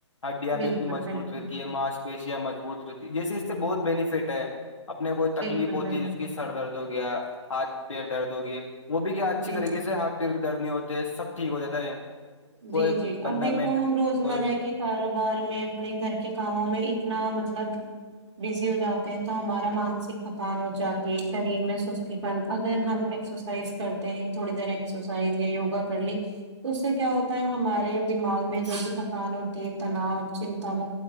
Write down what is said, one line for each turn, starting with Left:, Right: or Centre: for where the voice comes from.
Left: ہڈیاں بھی
Right: بالکل
Left: اپنی مضبوط
Right: بالکل
Left: رہتی ہے ماس پیشیاں مضبوط رہتی ہے جیسے اس سے بہت بینیفٹ ہے اپنے کوئی تکلیف
Right: بالکل
Left: ہوتی
Right: بال
Left: ہے جس کی سر درد ہو گیا ہاتھ پییر درد ہو گیا وہ بھی کیا اچھی
Right: جی
Left: طریقے سے ہاتھ پیر بھی درد نہیں ہوتے ہے سب ٹھیک ہو جاتا ہے کوئی
Right: جی جی
Left: بندہ
Right: اب دیکھو
Left: مینٹ
Right: ہم روزمرہ
Left: کوئی
Right: کی کاروبار میں اپنے گھر کے کاموں میں اتنا مطلب بزی ہو جاتے ہیں تو ہمارا مانسک تھکان ہو جاتی ہے شریر میں سستی بن اگر ہم سرسائز کرتے ہیں تھوڑی دیر ایکسرسائز یا یوگا کر لی تو اس سے کیا ہو ہمارے دماغ میں جو بھی تھکان ہوتی ہے تناؤ چنتا م